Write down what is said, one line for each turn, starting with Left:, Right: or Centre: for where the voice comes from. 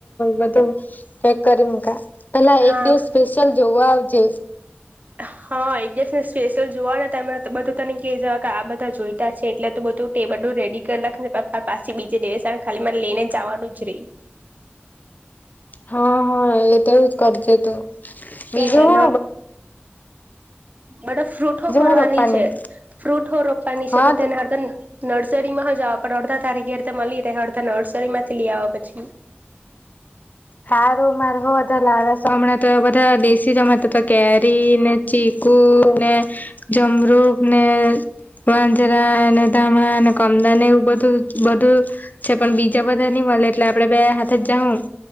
Left: બધું હેક કરી મ પેલા એક
Right: હા
Left: દિવ સ્પેશિયલ જોવા આવજે.
Right: હ. હા એક દસ ને સ્પેશિયલ જોવા ને તમે બધું તને ક જવા કે આ બધા જોઈતા છે એટલે ત બધું ટેબલ રેડી કરખ પપા પાછસે બીજે દેસને ખાલીને લઈને જવાનું જ રહી. <inaudible>
Left: હા હા એ તો એજ કરીજ તું બીજું
Right: તેને
Left: હ
Right: બધા ફ્રૂટો કરવાની
Left: હું રોપવાની
Right: છે ફ્રૂટો રોપવાની છે
Left: હા
Right: તો તેના હાટ તેને નડ નર્સરી માં હ જવા પણ અડધા તારીખે અ મળી રહે અડધા નર્સરી માંથી લઈ આવવા પછી.
Left: સારું માર હો બધા લામણાં તો બધા દેશી જમતા તો કેરી ને ચી હક ને જમરુખ ને વાંજરા અને ધામણા કમદાન એવું બધું બધું છે પણ બીજા બધાની એટલે આપડ બે હા જ જાઉં